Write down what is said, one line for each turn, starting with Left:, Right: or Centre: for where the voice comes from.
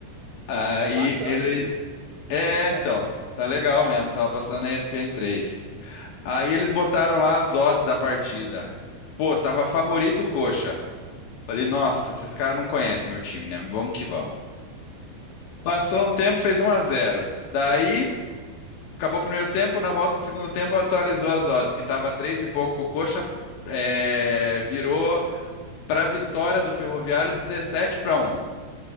Left: Aí
Right: Nó bacana,
Left: ele,
Right: hein? Isso
Left: é,
Right: é legal.
Left: então, tá legal mesmo, tava passando na ESPN 3. Aí eles botaram lá as odds da partida. Pô, tava favorito o Coxa. Falei, nossa, esses caras não conhecem meu time, né? Vamos que vamos. Passou um tempo, fez um a zero. Daí, acabou o primeiro tempo, na volta do segundo tempo atualizou as odds, que tava 3 e pouco pro Coxa, é, virou pra vitória do Ferroviário 17 para um.